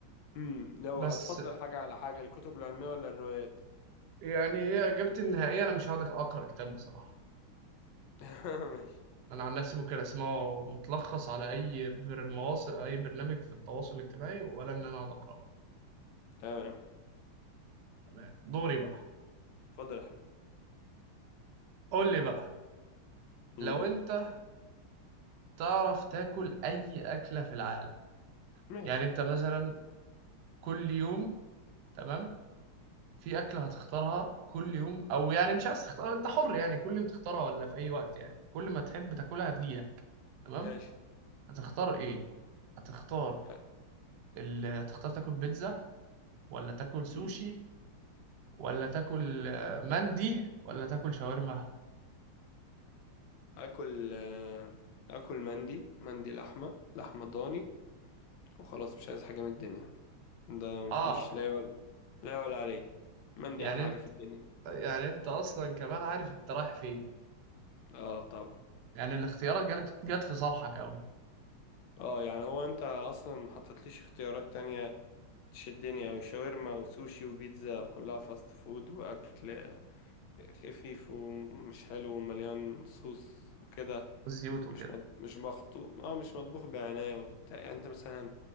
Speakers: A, on the left; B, on the right.
A: امم لو
B: بس
A: هتفضل حاجة على حاجة الكتب العلمية ولا الروايات
B: يعني هي إجابتي النهائية أنا مش هقدر أقرأ كتاب بصراحة
A: <laughs> ماشي
B: انا عن نفسي ممكن اسمعه متلخص على اي بر- مواصل اي برنامج في التواصل الاجتماعي ولا ان انا اقعد اقراه
A: تمام
B: تمام دوري بقى
A: اتفضل يا حبيبي
B: قول لي بقى
A: امم
B: لو انت تعرف تاكل اي اكله في العالم
A: ماشي
B: يعني انت مثلا كل يوم تمام في اكله هتختارها كل يوم او يعني مش عايز تختار انت حر يعني كل يوم تختارها ولا في اي وقت يعني كل ما تحب تاكلها هتجيلك تمام
A: ماشي
B: هتختار ايه هتختار
A: حلو.
B: ال... هتختار تاكل بيتزا ولا تاكل سوشي
A: امم
B: ولا تاكل آه، مندي ولا تاكل شاورما
A: اكل آه، اكل مندي مندي لحمة لحمة ضاني وخلاص مش عايز حاجة من الدنيا ده مفيش
B: اه
A: لا يعلى لا يعلى عليه مندي
B: يعني
A: احلى
B: انت
A: حاجة في الدنيا
B: يعني انت اصلا كمان عارف انت رايح فين
A: اه طبعا
B: يعني الاختيارات جت جت في صالحك قوي
A: اه يعني هو انت اصلا ما حطيتليش اختيارات تانية تشدني او شاورما وسوشي وبيتزا كلها فاست فود واكل خفيف ومش حلو ومليان صوص وكده
B: والزيوت
A: مش
B: وكده
A: مط... مش مخطوط اه مش مطبوخ بعناية وبتاع يعني انت مثلا ما